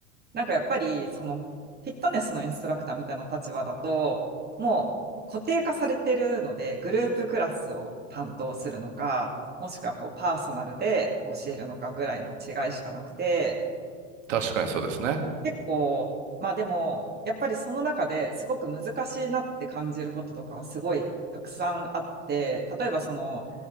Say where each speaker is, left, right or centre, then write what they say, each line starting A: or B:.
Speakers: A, on the right (about 25°); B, on the right (about 80°).
A: なんかやっぱり、その、フィットネスのインストラクターみたいな立場だと、もう固定化されてるので、グループクラスを担当するのか、もしくはこうパーソナルで教えるのかぐらいの違いしかなくて、
B: 確かにそうですね。
A: 結構、まあでも、やっぱりその中ですごく難しいなって感じることとかはすごいたくさんあって、例えばその、